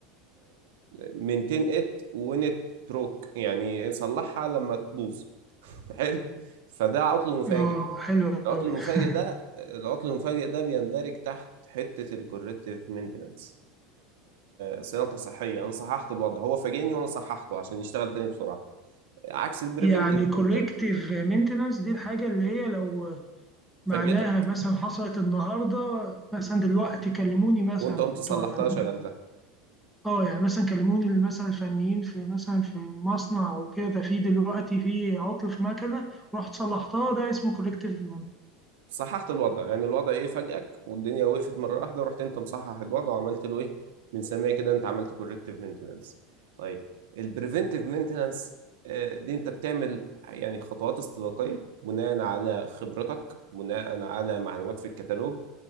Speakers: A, on the right; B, in the centre.
A: مينتين ات وين ات بروك يعني صلحها لما تبوظ <laughs> حلو فده عطل مفاجئ
B: اه حلو
A: العطل
B: أوي
A: المفاجئ
B: <laughs>
A: ده العطل المفاجئ ده بيندرج تحت حته الكوركتيف مينتنانس صيانه تصحيحيه انا صححت الوضع هو فاجئني وانا صححته عشان يشتغل تاني بسرعه عكس البريفنتيف
B: يعني كولكتيف
A: انت
B: مينتنس دي الحاجة اللي هي لو معناها
A: فاجئتك
B: مثلا حصلت النهاردة مثلا دلوقتي كلموني مثلا
A: وانت قمت
B: بتوع
A: صلحتها
B: ال-
A: شغلتها
B: اه يعني مثلا كلموني مثلا الفنيين في مثلا في مصنع او كده في دلوقتي في عطل في مكنة ورحت صلحتها ده اسمه كولكتيف
A: صححت الوضع يعني الوضع ايه فاجئك والدنيا وقفت مره واحده ورحت انت مصحح الوضع وعملت له ايه من سامعي كده انت عملت كوركتيف مينتنانس طيب البريفنتيف مينتنانس دي انت بتعمل يعني خطوات استباقيه بناء على خبرتك بناء على معلومات في الكتالوج